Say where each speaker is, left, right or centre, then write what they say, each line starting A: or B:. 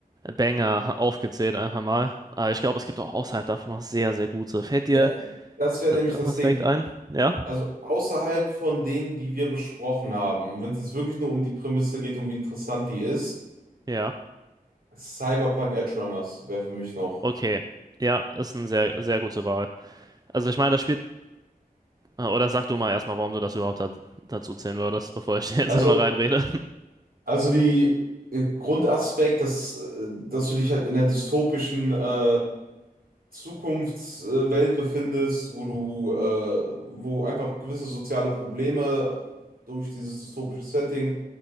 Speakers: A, on the right (about 25°); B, on the right (about 70°).
A: Banger aufgezählt einfach mal. Aber ich glaube, es gibt auch außerhalb davon noch sehr, sehr gute. Fällt
B: Ja,
A: dir
B: das wäre
A: da
B: nämlich
A: irgendwas
B: das Ding.
A: direkt ein? Ja?
B: Also außerhalb von denen, die wir besprochen haben, wenn es jetzt wirklich nur um die Prämisse geht und wie interessant die ist,
A: Ja.
B: Cyberpunk Edge Runners wäre für mich noch.
A: Okay. Ja, ist eine sehr, sehr gute Wahl. Also ich meine, das spielt Äh, Oder sag du mal erstmal, warum du das überhaupt da dazu zählen würdest, bevor ich <laughs> jetzt
B: Also,
A: einmal reinrede.
B: also die äh, Grundaspekt, dass, äh, dass du dich halt in der dystopischen äh, Zukunftswelt befindest, wo du, äh, wo einfach gewisse soziale Probleme durch dieses dystopische Setting